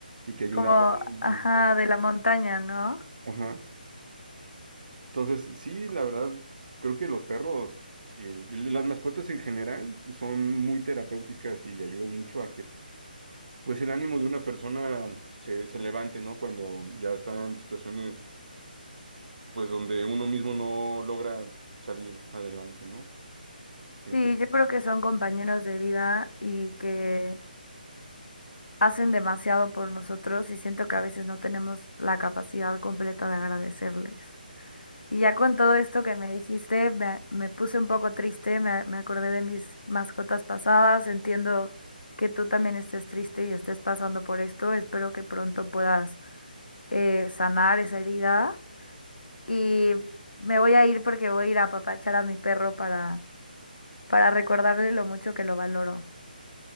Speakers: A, on the right (about 55°); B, on the left (about 75°).
A: y que ayudaban.
B: como,
A: en-
B: ajá,
A: en-
B: de la montaña, ¿no?
A: Ajá. Entonces, sí, la verdad, creo que los perros y las mascotas en general son muy terapéuticas y ayudan mucho pues el ánimo de una persona se, se levante, ¿no? Cuando ya está en situaciones, pues donde uno mismo no logra salir adelante, ¿no? Creo
B: Sí,
A: que
B: yo creo que son compañeros de vida y que hacen demasiado por nosotros y siento que a veces no tenemos la capacidad completa de agradecerles. Y ya con todo esto que me dijiste, me, me puse un poco triste, me, me acordé de mis mascotas pasadas, entiendo que tú también estés triste y estés pasando por esto, espero que pronto puedas eh, sanar esa herida y me voy a ir porque voy a ir a apapachar a mi perro para, para recordarle lo mucho que lo valoro.